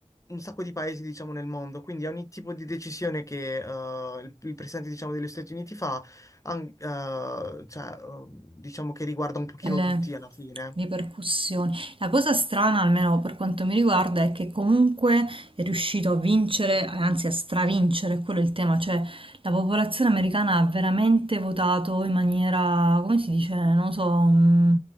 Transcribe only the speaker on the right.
le
ripercussioni. La cosa strana, almeno per quanto mi riguarda, è che comunque è riuscito a vincere, anzi a stravincere, quello è il tema, cioè la popolazione americana ha veramente votato in maniera, come si dice, non lo so, mm,